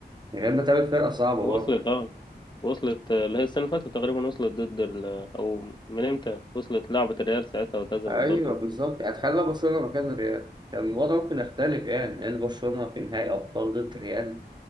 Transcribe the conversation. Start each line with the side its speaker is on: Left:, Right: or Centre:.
Right: من غير ما تقابل فرقة صعبة
Left: وصلت
Right: برضه
Left: اه وصلت آه، اللي هي السنة اللي فاتت تقريبا وصلت ضد ال... أو من إمتى وصلت لعبة الريال ساعتها وتهزم
Right: أيوه
Left: دورتموند
Right: بالظبط يعني تخيل بقى برشلونة مكان الريال كان الوضع ممكن يختلف يعني لأن برشلونة في نهائي أبطال ضد ريال